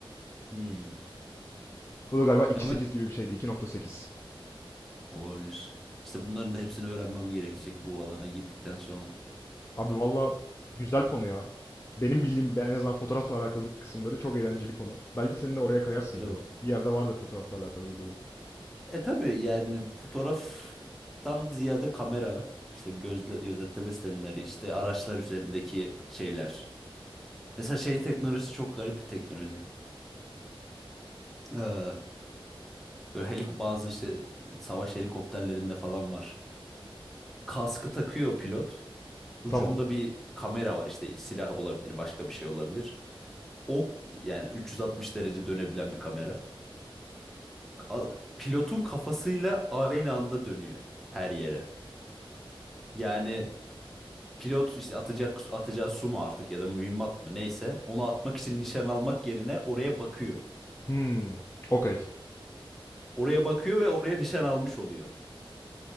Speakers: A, in the centre; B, on the left.
A: Hmm.
B: O da galiba iki nokta
A: Ama
B: sekiz gibi bir şeydi. iki nokta sekiz.
A: olabilir. İşte bunların da hepsini öğrenmem gerekecek bu alana girdikten sonra.
B: Abi valla güzel konu ya. Benim bildiğim en azından fotoğrafla alakalı kısımları çok eğlenceli konu. Belki senin de oraya kayarsın
A: Yok.
B: ya. Bir yerde vardır fotoğrafla alakalı bir bölüm.
A: E tabii yani fotoğraftan ziyade kamera, işte gözle, gözetleme sistemleri, işte araçlar
B: Evet.
A: üzerindeki şeyler. Mesela şey teknolojisi çok garip bir teknoloji. Ee, böyle helik bazı işte savaş helikopterlerinde falan var. Kaskı takıyor pilot. Ucunda
B: Tamam.
A: bir kamera var işte silah olabilir, başka bir şey olabilir. O yani 360 derece dönebilen bir kamera. A- Pilotun kafasıyla aynı anda dönüyor her yere. Yani pilot işte atacak atacağı su mu artık ya da mühimmat mı neyse onu atmak için nişan almak yerine oraya bakıyor.
B: Hmm. Okey.
A: Oraya bakıyor ve oraya nişan almış oluyor.